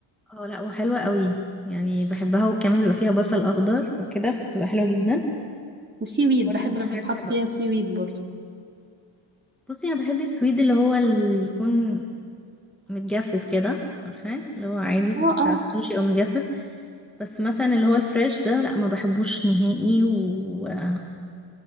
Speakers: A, in the centre; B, on the right.
A: اه لا وحلوة قوي يعني بحبها وكمان بيبقى فيها بصل اخضر وكده فبتبقى حلوة جدا
B: وسي ويد
A: برضه
B: بحب
A: دي
B: لما
A: من الحاجات
B: يتحط
A: اللي بحبها
B: فيها سي ويد برضه
A: بصي انا بحب السويد اللي هو اللي يكون متجفف كده عارفاه اللي هو عادي
B: اه
A: بتاع
B: اه
A: السوشي او متجفف بس مثلا اللي هو الفريش ده لا ما بحبوش نهائي وما